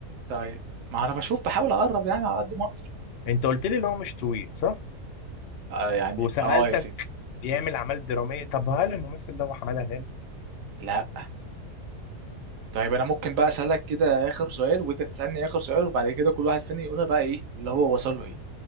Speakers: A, on the right; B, on the left.
A: طيب ما انا بشوف بحاول اقرب يعني على قد ما اقدر
B: انت قلت لي اللي هو مش طويل صح؟
A: آه يعني
B: وسألتك
A: اه يا سيدي
B: بيعمل اعمال درامية طب هل الممثل ده هو حمادة هلال؟
A: لا طيب انا ممكن بقى اسالك كده اخر سؤال وانت تسالني اخر سؤال وبعد كده كل واحد فينا يقولها بقى ايه اللي هو وصل له ايه